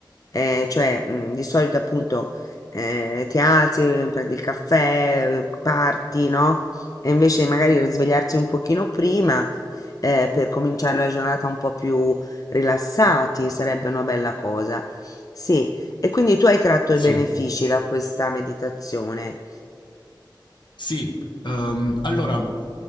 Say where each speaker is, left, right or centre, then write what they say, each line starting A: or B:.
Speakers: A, on the left; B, on the left.
A: eh, cioè mm, di solito appunto eh, ti alzi, eh, prendi il caffè, eh, parti, no? E invece magari svegliarsi un pochino prima eh, per cominciare la giornata un po' più rilassati, sarebbe una bella cosa. Sì, e quindi tu hai tratto i
B: Sì,
A: benefici da questa meditazione.
B: Sì, Um, allora,